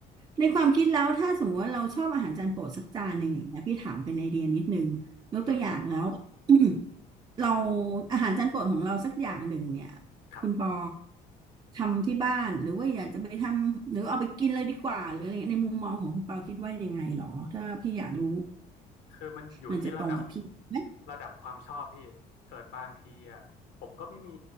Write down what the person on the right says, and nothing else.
ในความคิดแล้วถ้าสมมติว่าเราชอบอาหารจานโปรดสักจานหนึ่งอย่างเงี้ยพี่ถามเป็นไอเดียนิดนึงยกตัวอย่างแล้ว
<clears throat> เราอาหารจานโปรดของเราสักอย่างหนึ่งเนี่ย
คุณปอทำที่บ้านหรือว่าอยากจะไปทำหรือเอาไปกินเลยดีกว่าหรืออะไรเงี้ยในมุมมองของคุณปอคิดว่ายังไงหรอถ้าพี่อยากรู้
มันจะตรงกับพี่ไหม